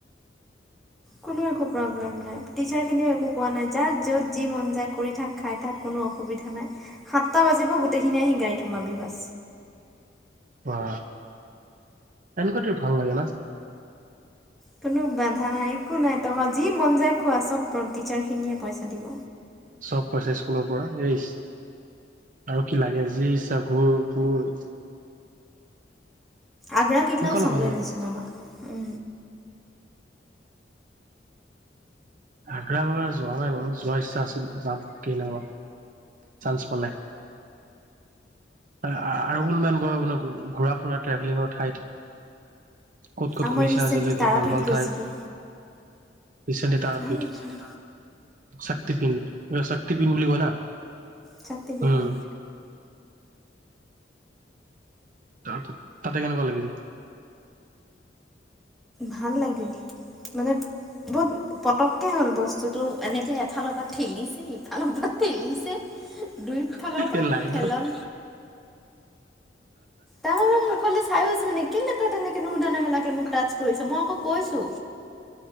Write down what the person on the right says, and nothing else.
অ এনেকুৱাটো ভাল লাগে ন।
চব পাইছে স্কুলৰ পৰা এই আৰু কি লাগে যি ইচ্ছা ঘুৰ ফুৰ
এনেকুৱা অলপ
ভাল লাগে
আগ্ৰা ভাগা যোৱা নাই মানু যোৱাৰ ইচ্ছা আছিল যাম কেইনাাবা। চাঞ্চ পালে। আৰু কোনোবা কয় আপোন ঘূৰা ফুৰা ট্ৰেভেলিঙৰ ঠাইত ক'ত ক'ত
ঘূৰিছা
আজিলৈকে
ভাল ভাল
ঠাইত ৰিচেণ্টলি তাৰপিঠ
শিপিণ্ শক্তিপিণ্ বুলি কয় না।
উম তাৰ তাতে কেনেকুৱা লাগিল?
এই লাইন